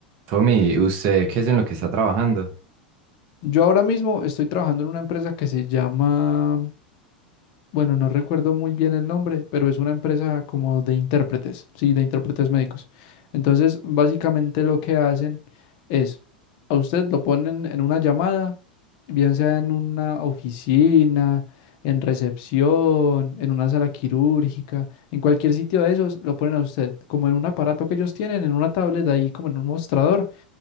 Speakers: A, on the right; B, on the left.
A: Tommy, ¿usted qué es en lo que está trabajando?
B: Yo ahora mismo estoy trabajando en una empresa que se llama, bueno, no recuerdo muy bien el nombre, pero es una empresa como de intérpretes, sí, de intérpretes médicos. Entonces, básicamente lo que hacen es, a usted lo ponen en una llamada, bien sea en una oficina, en recepción, en una sala quirúrgica, en cualquier sitio de esos, lo ponen a usted, como en un aparato que ellos tienen, en una tablet ahí, como en un mostrador,